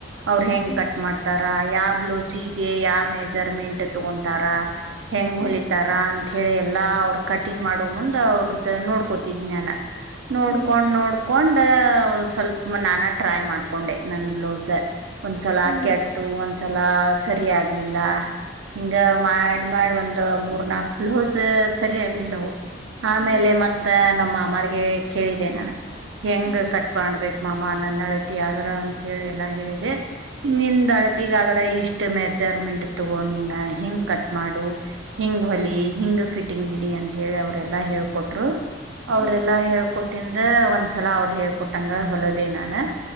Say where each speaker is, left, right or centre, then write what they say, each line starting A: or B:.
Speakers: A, on the right; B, on the right.
A: ಅವರು ಹೆಂಗ್
B: ಹ್ಮ್
A: ಕಟ್ ಮಾಡ್ತಾರ ಯಾವ ಬ್ಲೌಸಿಗೆ ಯಾವ ಮೆಜರ್ಮೆಂಟ್ ತಗೊತಾರ ಹೆಂಗ್
B: ಹ್ಮ್
A: ಹೊಲಿತಾರಾ ಅಂತ ಹೇಳಿ ಎಲ್ಲ ಎಲ್ಲಾ ಅವ್ರರು ಕಟಿಂಗ್ ಮಾಡೋ ಮುಂದ್ ಅವ್ರದ್ದ ನೋಡ್ಕೋತಿದ್ ನಾನ ನೋಡ್ಕೊಂಡ್
B: ಹ್ಮ್
A: ನೋಡ್ ಕೊಂಡ ಸ್ವಲ್ಪ ನಾನ ಟ್ರೈ ಮಾಡ್ಕೊಂಡೆ ನನ್ ಬ್ಲೌಸ್ ಒಂದ್ಸಲ
B: ಹ್ಮ್
A: ಆಕೆ ಆಡ್ತು ಒಂದ್ಸಲ ಸರಿ ಆಗ್ಲಿಲ್ಲ ಹಿಂಗ ಮಾಡ ಮಾಡ ಒಂದ್ ಮೂ ನಾಲ್ಕು ಬ್ಲೌಸ್ ಸರಿ ಆಗ್ಲಿಲ್ಲವು ಆಮೇಲೆ
B: ಹ್ಮ್
A: ಮತ್ತ ನ ಮಾಮಾರ್ಗೆ ಕೇಳಿದ್ದೆ ನಾನು ಹೆಂಗ
B: ಹ್ಮ್ ಹ್ಮ್
A: ಕಟ್ ಮಾಡ್ಬೇಕು ಮಾಾಮಾ ನನ್ನ ಅಳತಿ ಆದ್ರ ಅಂಂತ ಹೇಳಿ ಎಲ್ಲಾ ಹೇಳಿದೆ ನಿನ್್ ಅಳತಿಗ ಆದ್ರ ಇಷ್ಟ ಮೆಜರ್ಮೆಂಟ್ ತಗೋ ನೀನ್ ಹಿಂಗ್ ಕಟ್ ಮಾಡು ಹಿಂಗ್ ಹೊಲಿ ಹಿಂಗ್ ಫಿಟಿಂಗ್ ಹಿಡಿ ಅಂತ ಹೇಳಿ ಅವ್ರೆಲ್ಲಾ ಹೇಳ್ಕೊಟ್ರು ಅವ್ರಲ್ಲಾ
B: ಹ್ಮ್
A: ಹೇಳ್ಕೊಟ್ಟ ಇಂದ ಒನ್ಸ ಸಲಾ ಅವ್ರು ಹೇಳ್ಕೊಟ್ಟಂಗ ಹೊಲದೇ ನಾನು